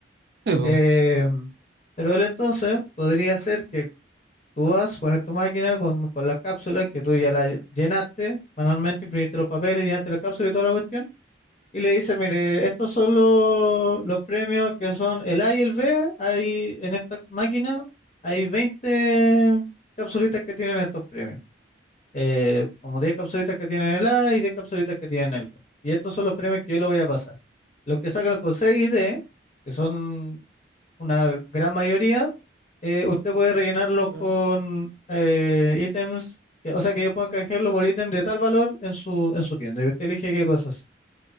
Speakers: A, on the right; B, on the left.
A: sí, po.
B: Eh, pero él entonces podría ser que tú vas, a poner tu máquina con, con las cápsulas que tú ya la llenaste manualmente, imprimiste los papeles, llenaste la cápsula y toda la cuestión, y le dices, mire, estos son los, los premios que son el A y el B, hay en esta máquina hay 20 capsulitas que tienen estos premios eh, como 10 capsulitas que tienen el A y 10 capsulitas que tienen el B. Y estos son los premios que yo le voy a pasar. Los que sacan con 6 y D, que son una gran mayoría, eh, usted puede rellenarlos
A: Claro.
B: con eh, ítems, que- o sea que yo pueda canjearlo por ítem de tal valor en su, en su tienda. Y usted elige qué cosas.